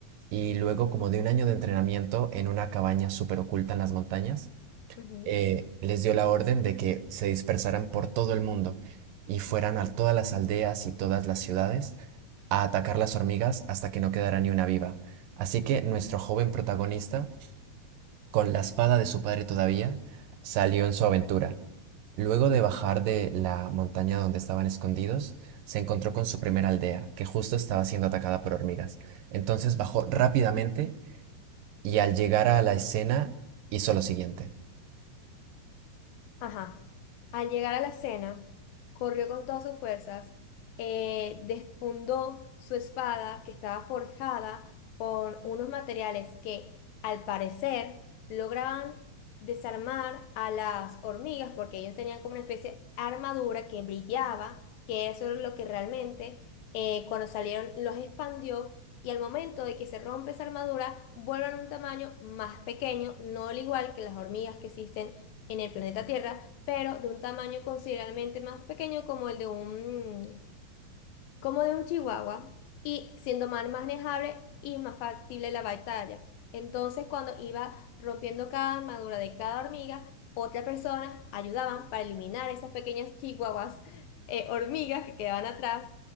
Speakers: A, on the right; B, on the left.
A: y luego, como de un año de entrenamiento en una cabaña súper oculta en las montañas,
B: ujú, ujú.
A: eh, les dio la orden de que se dispersaran por todo el mundo y fueran a todas las aldeas y todas las ciudades a atacar las hormigas hasta que no quedara ni una viva. Así que nuestro joven protagonista con la espada de su padre todavía, salió en su aventura. Luego de bajar de la montaña donde estaban escondidos, se encontró con su primera aldea, que justo estaba siendo atacada por hormigas. Entonces bajó rápidamente y al llegar a la escena hizo lo siguiente.
B: Ajá. Al llegar a la escena, corrió con todas sus fuerzas, eh, desfundó su espada que estaba forjada con unos materiales que, al parecer, lograban desarmar a las hormigas porque ellos tenían como una especie de armadura que brillaba, que eso es lo que realmente, eh, cuando salieron, los expandió. Y al momento de que se rompe esa armadura, vuelven a un tamaño más pequeño, no al igual que las hormigas que existen en el planeta Tierra, pero de un tamaño considerablemente más pequeño como el de un, como de un chihuahua, y siendo más manejable y más factible la batalla. Entonces, cuando iba rompiendo cada armadura de cada hormiga, otras personas ayudaban para eliminar esas pequeñas chihuahuas, eh, hormigas que quedaban atrás,